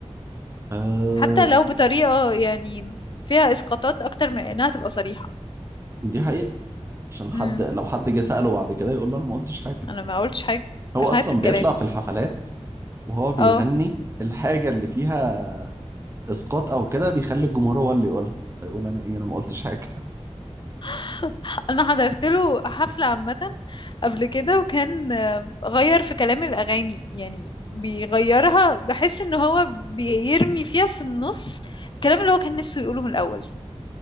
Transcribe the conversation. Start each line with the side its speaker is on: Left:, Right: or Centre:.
Right: أه
Left: حتى لو بطريقة يعني فيها اسقاطات اكتر من انها تبقى صريحة
Right: دي حقيقة عشان حد
Left: امم
Right: لو حد جه سأله بعد كده يقول له أنا ما قلتش حاجة
Left: انا ما قلتش حاجة
Right: هو
Left: هات
Right: أصلا
Left: الكلام
Right: بيطلع في الحفلات وهو بيغني
Left: اه
Right: الحاجة اللي فيها إسقاط أو كده بيخلي الجمهور هو اللي يقولها فيقول أنا إيه أنا ما قلتش حاجة
Left: <laughs> انا حضرت له حفلة عامة قبل كده وكان آه، غير في كلام الاغاني يعني بيغيرها بحس ان هو بيرمي فيها في النص الكلام اللي هو كان نفسه يقوله من الاول